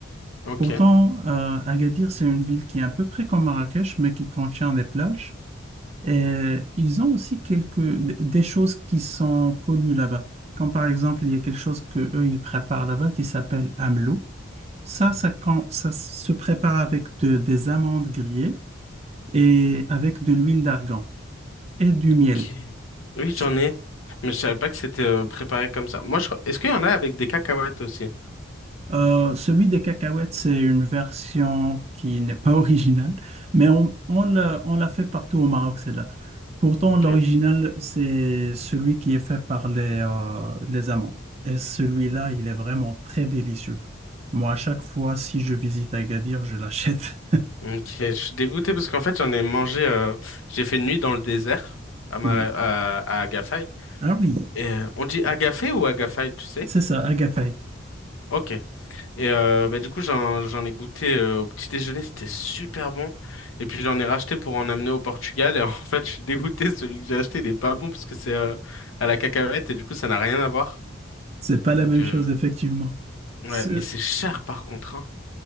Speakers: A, on the left; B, on the right.
A: ok,
B: Pourtant, euh, Agadir, c'est une ville qui est à peu près comme Marrakech, mais qui contient des plages. Et ils ont aussi quelques, des choses qui sont connues là-bas. Comme par exemple, il y a quelque chose que eux, ils préparent là-bas qui s'appelle AMLO. Ça, ça, quand, ça se prépare avec de- des amandes grillées et avec de l'huile d'argan et du miel.
A: ok. Oui,
B: C-
A: j'en ai, mais je savais pas que c'était euh, préparé comme ça. Moi, je crois- Est-ce qu'il y en a avec des cacahuètes aussi?
B: euh, celui des cacahuètes, c'est une version qui n'est pas <laughs> originale, mais on, on l'a, on l'a fait partout au Maroc, celle-là. Pourtant,
A: Ok.
B: l'original, c'est celui qui est fait par les, euh, les amandes. Et celui-là, il est vraiment très délicieux. Moi, à chaque fois, si je visite Agadir, je l'achète.
A: Ok, je suis dégoûté parce qu'en fait, j'en ai mangé. euh, J'ai fait une nuit dans le désert
B: <laughs>
A: à, Mara-
B: Oui.
A: à, à Agafay.
B: Ah oui,
A: Et, euh, on dit Agafay ou Agafay, tu sais?
B: c'est ça, Agafay.
A: Ok. Et euh, bah, du coup, j'en, j'en ai goûté euh, au petit déjeuner, c'était super bon. Et puis j'en ai racheté pour en amener au Portugal. Et en <laughs> fait, je suis dégoûté, celui que j'ai acheté, il est pas bon parce que c'est euh, à la cacahuète et du coup, ça n'a rien à voir.
B: C'est pas la
A: Donc,
B: même
A: euh,
B: chose, effectivement.
A: ouais,
B: Ce-
A: mais c'est cher par contre, hein,